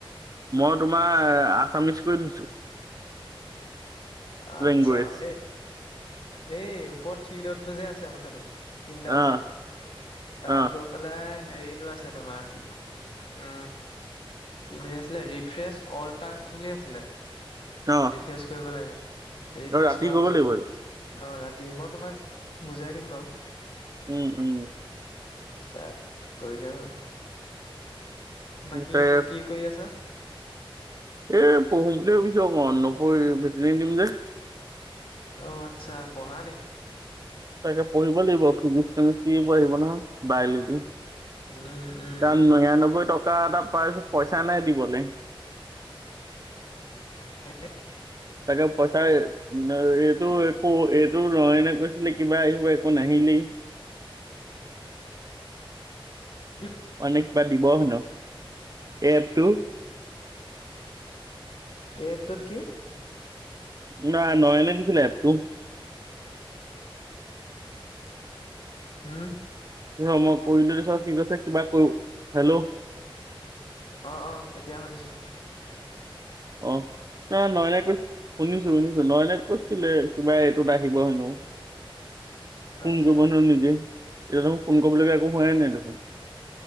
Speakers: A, on the right; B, on the left.
A: মই তোমাৰ আছামিচ কৰি থৈছো।
B: <inaudible> আচ্ছা,
A: লেংগুৱেজ
B: এই, এই ওপৰত থ্ৰি ডটটো যে আছে মুঠতে, তিন টা
A: অ
B: লাইন, তাত
A: অ
B: গৈ পেলাই হেৰিটো আছে তোমাৰ, উ কি বুলি আছিলে, ৰিফ্ৰেছ অল টাস্ক বুলি আছিলে,
A: অ
B: ৰিফ্ৰেচ কৰিব লাগে। ৰিফ্ৰেছ
A: অ ৰাতি
B: কৰা
A: কৰিব
B: পাছত
A: লাগিব
B: অ, ৰাতি। মই তোমাক বুজাই দিম বাৰু।
A: উম, উম।
B: তাত কৰিলেই হ'ল। বাকী
A: তাই
B: কি কৰি আছা?
A: এই পঢ়িম বুলি ভাবিছো অকমান, নপ ভেটনেৰী দিম যে।
B: অ' আচ্ছা পঢ়া নি?
A: তাকে পঢ়িব লাগিব, ফিজিক্স, কেমিষ্ট্ৰি এইবোৰ আহিব নহয়, বায়লজি
B: উম উম
A: তাত নিৰান্নব্বৈ টক কা এটা পাইছো, পইচা নাই দিবলৈ
B: <inaudible>
A: তাকে পইচাই এইটো
B: কি
A: একো এই টো ৰয়নে কৈছিলে কিবা আহিব একো নাহিলেই।
B: কি
A: মানে কিবা দিব হেনো এই এফটো।
B: এই এপটোতো কি?
A: নাই নয়নে দিছিলে তোক।
B: হম।
A: তাৰপিছত মই কৰিলোঁ তাৰপিছত কি কৈছে কিবা কৈ হেল্ল'
B: অৱ অৱ এতিয়া শুনিছো।
A: অৱ ত নয়নে কৈ শুনিছো শুনিছো নয়নে। কছিলে কিবা এইটোত আহিব হেনো, ফোন
B: আচ্ছা
A: কৰিব হেনো নিজে। এতিয়া তু মোক ফোন কৰিবলগীয়া একো হোৱাই নাই দেখোন।